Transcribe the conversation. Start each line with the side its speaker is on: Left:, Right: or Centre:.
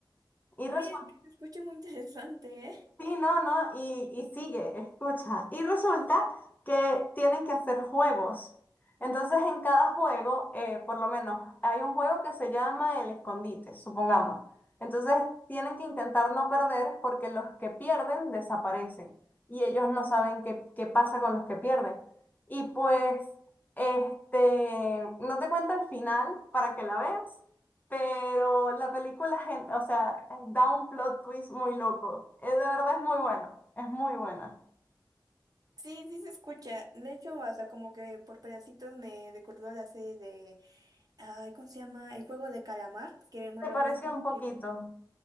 Left: Y resulta
Right: Oye, es que se escucha muy <laughs> interesante, ¿eh?
Left: Sí, no, no, y, y sigue, escucha. Y resulta que tienen que hacer juegos. Entonces, en cada juego, eh, por lo menos, hay un juego que se llama el escondite, supongamos. Entonces, tienen que intentar no perder porque los que pierden desaparecen y ellos no saben qué, qué pasa con los que pierden. Y pues, este, no te cuento el final para que la veas, pero la película, gen- o sea, da un plot twist muy loco. Eh, de verdad es muy buena, es muy buena.
Right: Sí, sí se escucha. De hecho, hasta como que por pedacitos me recordó la serie de, ay, ¿cómo se llama? El juego de calamar, que bueno,
Left: Se pareció
Right: ves
Left: un poquito,
Right: que...